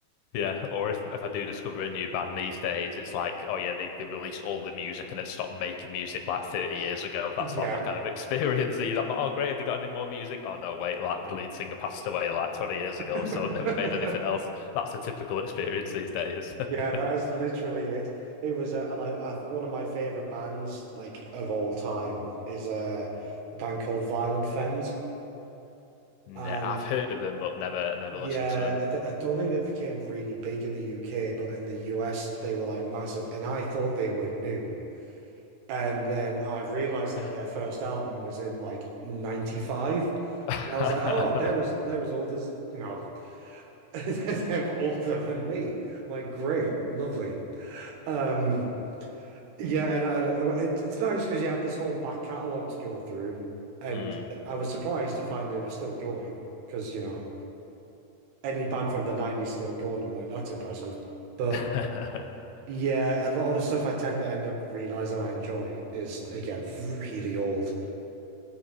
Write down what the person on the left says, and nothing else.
Yeah, or if if I do discover a new band these days, it's like, oh yeah, they, they released all the music and then stopped making music like 30 years ago. That's
like my kind of <laughs> experience these. I'm like, oh great, have they got any more music? Oh no, wait, like the lead singer passed away like 20 years ago,
so I've never made anything else. That's a typical experience these days.
<laughs>
Nah,
I've heard of them, but never never
listened to them.
Hmm.
<laughs>
Hmm.
<laughs>